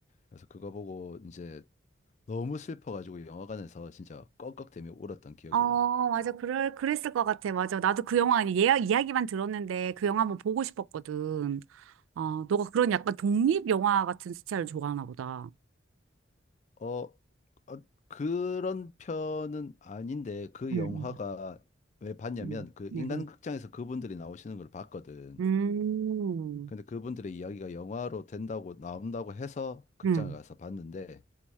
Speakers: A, on the left; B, on the right.
A: 그래서 그거 보고 이제 너무 슬퍼가지고 영화관에서 진짜 꺽꺽대며 울었던 기억이
B: 어,
A: 나.
B: 맞아. 그럴, 그랬을 것 같아. 맞아. 나도 그 영화, 아니, 예약, 이야기만 들었는데 그 영화 한번 보고 싶었거든. 어, 너가 그런 약간 독립 영화 같은 스타일을 좋아하나 보다.
A: 어, 어, 그런 편은 아닌데 그
B: 음,
A: 영화가 왜 봤냐면
B: 음,
A: 그
B: 음,
A: 인간극장에서
B: 음.
A: 그분들이 나오시는 걸 봤거든.
B: 음.
A: 근데 그분들의 이야기가 영화로 된다고 나온다고 해서 극장에
B: 음.
A: 가서
B: 음.
A: 봤는데